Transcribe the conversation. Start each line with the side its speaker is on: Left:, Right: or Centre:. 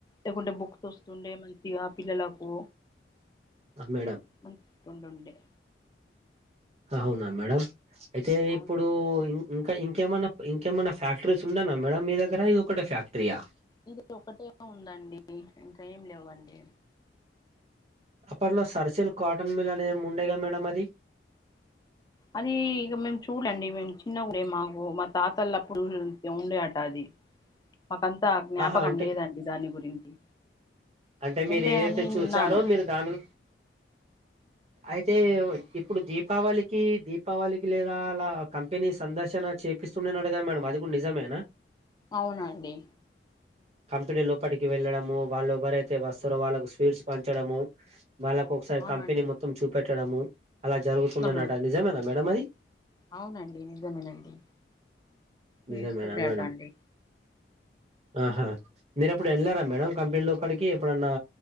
Left: లేకుంటే బుక్స్ వస్తుండే మంచిగా పిల్లలకు
Right: ఆ మేడం
Left: మం <inaudible> టుండుండే
Right: అవునా మేడం అయితే
Left: అవును
Right: ఇప్పుడు ఇంకా ఇంకేమైనా ఇంకేమైనా ఫ్యాక్టరీస్ ఉండెనా మేడమ్ మీ దగ్గర ఇది ఒకటే ఫ్యాక్టరీయా
Left: ఇది ఒకటే ఉందండి ఇంకా ఏం లేవండి
Right: అప్పట్లో సర్సిల్ కాటన్ మిల్ అనేది ఏమో ఉండేగా మేడం అది
Left: అది ఇక మేం చూడలే అండి మేము చిన్న కూడే మాకు మా తాతలప్పుడు ఉండే అట అది మాకంతా జ్ఞాపకం
Right: ఆహా అంటే
Left: లేదండి దాని గురించి
Right: అంటే మీరు
Left: ఉండే
Right: ఏదైతే
Left: అని
Right: చూసారో
Left: విన్నాను
Right: మీరు దాని అయితే ఇప్పుడు దీపావళికి దీపావళికి లేదా అలా కంపెనీ సందర్శన చే పిస్తుండేనట కదా మేడం అది కూడా నిజమేనా
Left: అవునండి
Right: కంపెనీ లోపటికి వెళ్ళడము వాళ్ళు ఎవరై తే వస్తారు వాళ్ళకి స్వీట్స్ పంచడము వాళ్ళకి ఒకసారి
Left: అవునండి
Right: కంపెనీ మొత్తం చూపెట్టడము అలా జరుగుతుండెనట
Left: అవునండి
Right: నిజమేనా మేడం అది
Left: అవునండి నిజమేనండి
Right: నిజమేనా
Left: ఈస్తుండేట
Right: మేడం
Left: అండి
Right: ఆహా మీరప్పుడు వెళ్ళానారా మేడం కంపెనీలోకి ఇప్పటికి ఎప్పుడన్నా